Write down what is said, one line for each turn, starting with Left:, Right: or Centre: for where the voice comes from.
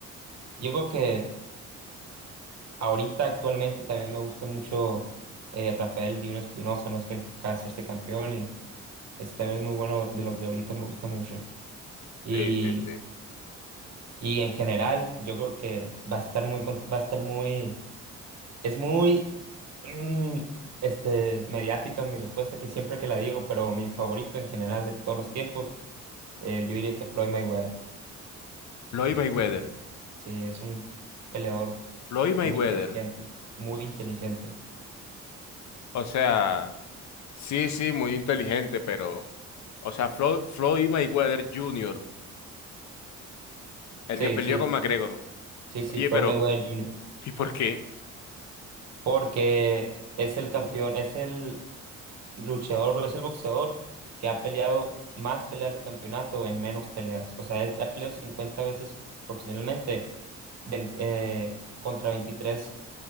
Right: yo creo que ahorita actualmente también me gusta mucho eh, Rafael Divino Espinosa, no es que acaba de hacerse campeón y este también es muy bueno de los de ahorita, me gusta mucho. Y,
Left: Sí, sí, sí.
Right: y en general, yo creo que va a estar muy, con- va a estar muy Es muy, mm, este, mediática mi respuesta, que siempre que la digo, pero mi favorito en general de todos los tiempos, eh, yo diría que Floyd Mayweather.
Left: Floyd Mayweather.
Right: Sí, es un peleador
Left: Floyd Mayweather.
Right: muy inteligente, muy inteligente.
Left: O sea, sí, sí, muy inteligente, pero... O sea, Flo- Floyd Mayweather Jr. El
Right: Sí,
Left: que perdió
Right: sí,
Left: con McGregor.
Right: sí, sí,
Left: Oye,
Right: Floyd
Left: pero,
Right: Mayweather Jr.
Left: ¿y por qué?
Right: Porque es el campeón, es el luchador, es el boxeador que ha peleado más peleas de campeonato en menos peleas. O sea, él ha peleado 50 veces profesionalmente ven- eh, contra veintitrés